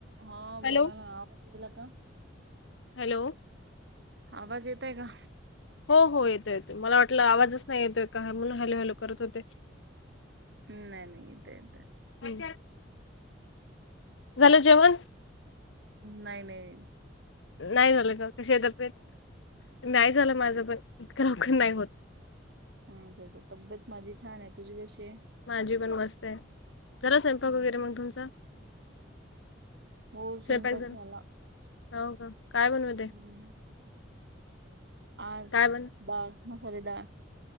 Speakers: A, on the right; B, on the left.
A: हा
B: हॅलो
A: बोला ना <inaudible> वाज दिला का
B: हॅलो
A: आवाज येतय का
B: हो हो येतो येते मला वाटलं आवाजच नाही येतोय का म्हणून हॅलू हॅलू करत होते
A: ् नाही नाही इेत येत
B: म्ह झालं जेवण
A: नाही नाही
B: नाही झालं का कश तपेत नाही झालं माझं पण इतकं लवकर नाही होत
A: हा त्या तब्येत माझी छान आहे तुझी कशी
B: माझी पण मस्त आहे घरा स्वयंपाक
A: हम्म.
B: वगैरे मग तुमचा
A: हो स्वयंपाक
B: स्वयपाक जण
A: झाला
B: हो का काय बनव ते
A: हम्म आज
B: बन
A: डाळ मसाले डाळ